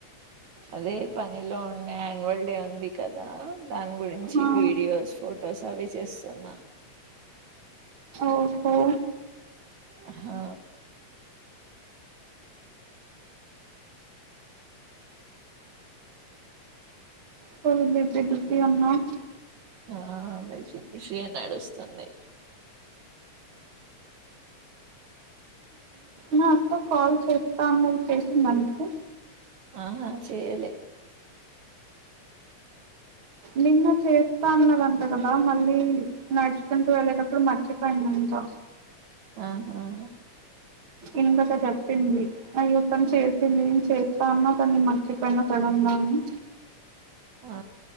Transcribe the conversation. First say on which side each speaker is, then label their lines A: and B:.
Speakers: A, on the right (about 75°); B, on the right (about 45°).
A: అదే పనిలో ఉండే యాన్యువల్ డే ఉంది కదా, దాని గురించి
B: ఆ
A: వీడియోస్ ఫొటోస్ అవి చేస్తున్నా
B: ఓహో
A: అహా
B: ఫుల్ బిజీ బిజీ ఉన్నవ్
A: ఆ అ మై విషయం నడుస్తుంది.
B: నా అక్క కాల్ చేస్తా అన్నది, చేసిందా నీకు
A: అహా చేయలే
B: నిన్న చేస్తా అన్నదంట కదా మర్ మళ్ళీ నడ్చుకుంటూ వెళ్లేటప్పుడు మర్చిపోయింది. ఇంకా
A: ఆహాహ
B: ఇందాక చెప్ ప్పింది అయ్యో ఒప్పం చేస్ అంటే నేను చేస్తా ఆన్నా కానీ మర్చిపోయిన సడన్ లా అని
A: ఆ